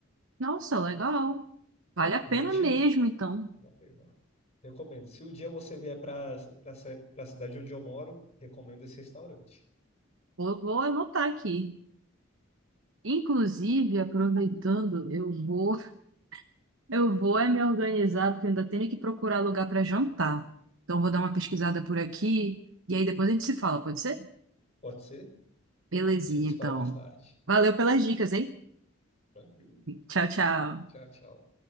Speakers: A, on the right; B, on the left.
A: Nossa, legal. Vale a pena
B: Gente,
A: mesmo, então.
B: vale a pena. Recomendo. Se um dia você vier para para a cidade onde eu moro, recomendo esse restaurante.
A: Vou, vou anotar aqui. Inclusive, aproveitando, eu vou, <laughs> eu vou é me organizar, porque eu ainda tenho que procurar lugar para jantar. Então, vou dar uma pesquisada por aqui e aí depois a gente se fala, pode ser?
B: Pode ser?
A: Belezinha,
B: A gente se
A: então.
B: fala mais tarde.
A: Valeu pelas dicas, hein?
B: Tranquilo.
A: Tchau, tchau.
B: Tchau, tchau.